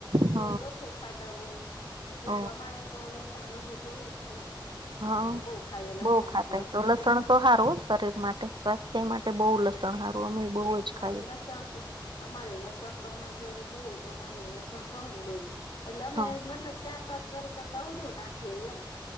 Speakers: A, on the left; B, on the right.
A: કોઈ
B: હ
A: ઓછું ખાતા હોય જોકે
B: હ
A: અમારે તો લસણ વધુ જોયે જ છે.
B: હ
A: અમે તો બઉ ખાઈએ લસણ
B: બહુ ખાતાય
A: એટલે અમને
B: તો લસણ તો હારું શરીર માટે સ્વાસ્થ્ય માટે બો લસણ હારું અમે બહુ જ ખાઈએ
A: મારે લસણ તો અમારે લસણ તો અમે જો જોઈએ અમારે લસણ ઘણુંય બોઇં એટલે અમે
B: હા
A: મતલબ ચાર પાંચ કરી કરતા વધુ નાખીએ યેમ